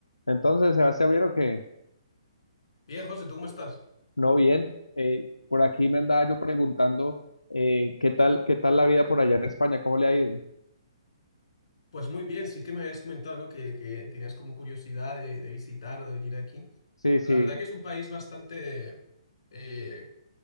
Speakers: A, on the left (about 85°); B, on the left (about 50°).
A: Entonces, Sebastián, vieron que
B: Bien, José, ¿tú cómo estás?
A: no bien. Eh, por aquí me andaba yo preguntando eh, qué tal, qué tal la vida por allá en España, cómo le ha ido.
B: Pues muy bien, sí que me habías comentado, ¿no? Que, que tenías como curiosidad de, de visitar o de venir aquí.
A: Sí, sí.
B: La verdad que es un país bastante... eh,